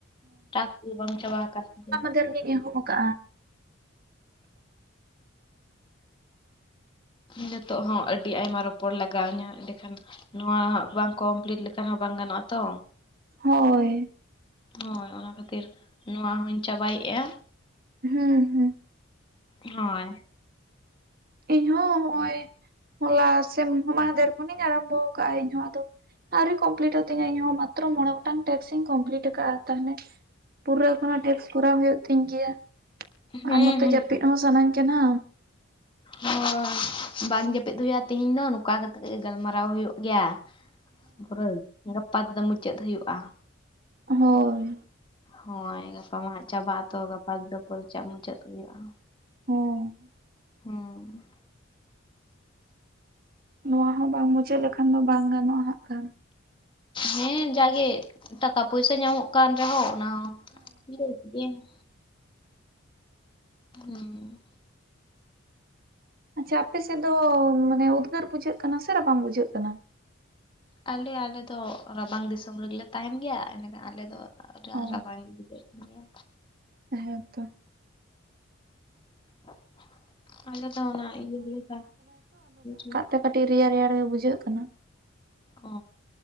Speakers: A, on the left (about 25°); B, on the right (about 45°).
A: ᱴᱟᱥᱠ ᱜᱮ ᱵᱟᱝ ᱪᱟᱵᱟ ᱟᱠᱟᱱ ᱛᱤᱧᱟᱹ
B: ᱱᱤᱛᱚᱜ ᱜᱤᱧ ᱮᱦᱚᱵ ᱟᱠᱟᱜᱼᱟ᱾ <unintelligible>
A: ᱱᱤᱛᱚᱜ ᱦᱚᱸ ᱟᱹᱰᱤ ᱟᱭᱢᱟ ᱨᱚᱯᱚᱲ ᱞᱟᱜᱟᱣ ᱟᱧᱟ ᱮᱸᱰᱮᱠᱷᱟᱱ ᱱᱚᱣᱟᱜ ᱵᱟᱝ ᱠᱚᱢᱯᱤᱞᱤᱴ ᱞᱮᱠᱷᱟᱱ ᱦᱚᱸ ᱵᱟᱝ ᱜᱟᱱᱚᱜᱼᱟ ᱛᱚ,
B: ᱦᱳᱭᱻ
A: ᱦᱳᱭ ᱚᱱᱟ ᱠᱷᱟᱹᱛᱤᱨ ᱱᱚᱣᱟ ᱦᱩᱧ ᱪᱟᱵᱟᱭᱮᱜᱼᱟ᱾
B: ᱦᱩᱸ ᱦᱩᱸ
A: ᱦᱚᱭ
B: ᱤᱧ ᱦᱚᱸ ᱚᱜᱚᱭ ᱦᱚᱞᱟ ᱥᱮ ᱢᱟᱦᱫᱮᱨ ᱠᱷᱚᱱᱤᱧ ᱟᱨᱚᱢᱵᱚ ᱠᱟᱜᱼᱟ ᱤᱧ ᱦᱚᱸ ᱟᱫᱚ ᱟᱣᱨᱤ ᱠᱚᱢᱯᱞᱤᱴᱛᱚᱜ ᱛᱤᱧᱟ ᱤᱧ ᱦᱚᱸ ᱢᱟᱛᱨᱚ ᱢᱚᱬᱮ ᱜᱚᱴᱟᱝ ᱴᱮᱥᱠ ᱤᱧ ᱠᱚᱢᱯᱞᱤᱴ ᱟᱠᱟᱫᱼᱟ ᱛᱟᱦᱞᱮ ᱯᱩᱨᱟᱹ ᱮᱠᱷᱚᱱᱚ ᱴᱮᱠᱥ ᱠᱚᱨᱟᱣ ᱦᱩᱭᱩᱜ ᱛᱤᱧ ᱜᱮᱭᱟ᱾
A: ᱦᱩᱸ
B: ᱟᱨ ᱱᱚᱛᱮ
A: ᱦᱩᱸ
B: ᱡᱟᱹᱯᱤᱫ ᱦᱚ ᱥᱟᱱᱟᱧ ᱠᱟᱱᱟ,
A: ᱦᱚᱭ ᱵᱟᱝ ᱡᱟᱹᱯᱤᱫ ᱦᱩᱭᱩᱜᱼᱟ ᱛᱤᱦᱤᱧ ᱫᱚ, ᱱᱚᱝᱠᱟ ᱠᱟᱛᱮᱜ ᱜᱮ ᱜᱟᱞᱢᱟᱨᱟᱣ ᱦᱩᱭᱩᱜ ᱜᱮᱭᱟ᱾ <unintelligible> ᱜᱟᱯᱟ ᱛᱮᱫᱚ ᱢᱩᱪᱟᱹᱫ ᱦᱩᱭᱩᱜᱼᱟ᱾
B: ᱦᱚᱭ
A: ᱦᱚᱭ ᱜᱟᱯᱟ ᱢᱟ ᱦᱟᱸᱜ ᱪᱟᱵᱟᱜ ᱟᱛᱚ ᱜᱟᱯᱟ <unintelligible> ᱢᱩᱪᱟᱹᱫ ᱦᱩᱭᱩᱜᱼᱟ᱾
B: ᱦᱩᱸ
A: ᱦᱩᱸ
B: ᱱᱚᱣᱟ ᱦᱚᱸ ᱵᱟᱝ ᱢᱩᱪᱟᱹᱫ ᱞᱮᱠᱷᱟᱱ ᱫᱚ ᱵᱟᱝ ᱜᱟᱱᱚᱜᱼᱟ ᱦᱟᱸᱜ ᱠᱟᱱ
A: ᱦᱮᱸ ᱡᱟᱜᱮ ᱴᱟᱠᱟ ᱯᱚᱭᱥᱟᱹ ᱧᱟᱢᱚᱜ ᱠᱟᱱ ᱨᱮᱦᱚ ᱚᱱᱟ ᱦᱚᱸ <unintelligible> ᱦᱩᱸ
B: ᱟᱪᱪᱷᱟ ᱟᱯᱮ ᱥᱮᱫ ᱫᱚ ᱢᱟᱱᱮ ᱩᱫᱽᱜᱟᱹᱨ ᱵᱩᱡᱷᱟᱹᱜ ᱠᱟᱱᱟ ᱥᱮ? ᱨᱟᱵᱟᱝ ᱵᱩᱡᱷᱟᱹᱜ ᱠᱟᱱᱟ?
A: ᱟᱞᱮ ᱟᱞᱮ ᱫᱚ ᱨᱟᱵᱟᱝ ᱫᱤᱥᱚᱢ ᱨᱮᱜᱮᱞᱮ ᱛᱟᱦᱮᱱ ᱜᱮᱭᱟ, ᱮᱸᱰᱮᱠᱷᱟᱱ ᱟᱞᱮ ᱫᱚ ᱟᱨ
B: ᱚ
A: ᱨᱟᱵᱟᱝ ᱜᱮ ᱵᱩᱡᱷᱟᱹᱜ ᱠᱟᱱ ᱜᱮᱭᱟ᱾
B: ᱦᱮᱼᱛᱚ
A: <unintelligible> <inaudible> ᱟᱞᱮ ᱫᱚ ᱚᱱᱟ ᱤᱭᱟᱹ ᱜᱮᱞᱮ <inaudible>
B: ᱴᱟ ᱠᱟᱴᱤᱜ ᱨᱮᱭᱟᱲ-ᱨᱮᱭᱟᱲ ᱜᱮ ᱵᱩᱡᱷᱟᱹᱜ ᱠᱟᱱᱟ᱾
A: ᱚ᱾